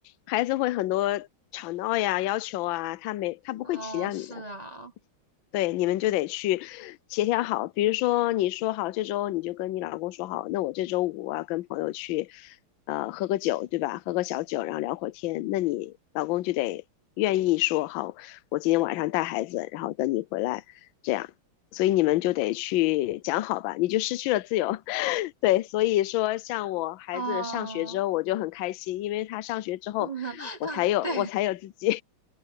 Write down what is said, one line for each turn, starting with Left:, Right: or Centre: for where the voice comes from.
Left: 孩子会很多吵闹呀、要求啊，他没他不会体谅你的。
Right: 嗯，是啊，
Left: 对，你们就得去协调好。比如说，你说好这周你就跟你老公说好，那我这周五啊跟朋友去，呃，喝个酒，对吧？喝个小酒，然后聊会儿天。那你老公就得愿意说好，我今天晚上带孩子，然后等你回来，这样。所以你们就得去讲好吧，你就失去了自由。<laughs> 对，所以说像我孩子上学之后，
Right: 啊，
Left: 我就很开心，因为他上学之后，
Right: <laughs>
Left: 我才有我才有自己。
Right: 对，